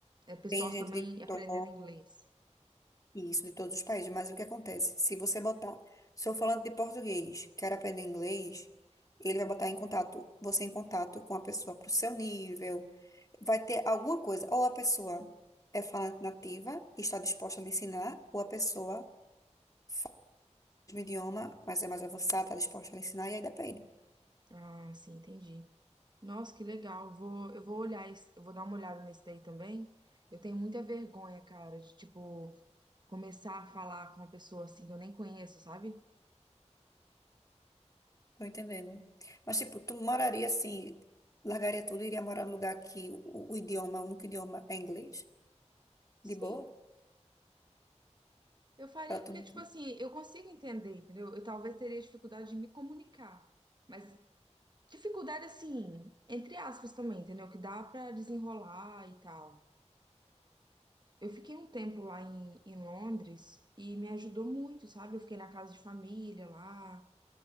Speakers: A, on the right; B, on the left.
A: É pessoal
B: tem gente
A: também
B: de
A: aprendendo
B: todo
A: inglês.
B: Isso, de todos os países. Mas o que acontece? Se você botar, sou falante de português, quero aprender inglês, ele vai botar em contato, você em contato com a pessoa pro seu nível. Vai ter alguma coisa. Ou a pessoa é falante nativa, está disposta a lhe ensinar, ou a pessoa fala o mesmo idioma, mas é mais avançada, está disposta a lhe ensinar, e aí depende.
A: Ah, sim, entendi. Nossa, que legal. Vou, eu vou olhar, esse- eu vou dar uma olhada nesse daí também. Eu tenho muita vergonha, cara, de tipo começar a falar com uma pessoa assim que eu nem conheço, sabe?
B: Tô entendendo. Mas, tipo, tu moraria assim, largaria tudo e iria morar num lugar que o, o idioma, o único idioma é inglês?
A: Sim,
B: De boa?
A: eu faria
B: Pra
A: porque
B: tu não
A: tipo assim, eu consigo entender, entendeu? Eu talvez teria dificuldade de me comunicar, mas dificuldade assim, entre aspas também, entendeu? Que dá pra desenrolar e tal. Eu fiquei um tempo lá em, em Londres e me ajudou muito, sabe? Eu fiquei na casa de família lá,